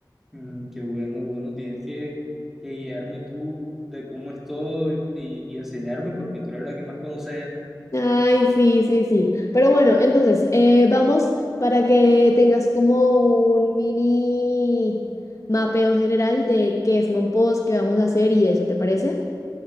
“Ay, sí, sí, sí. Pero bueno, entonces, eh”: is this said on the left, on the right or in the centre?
Left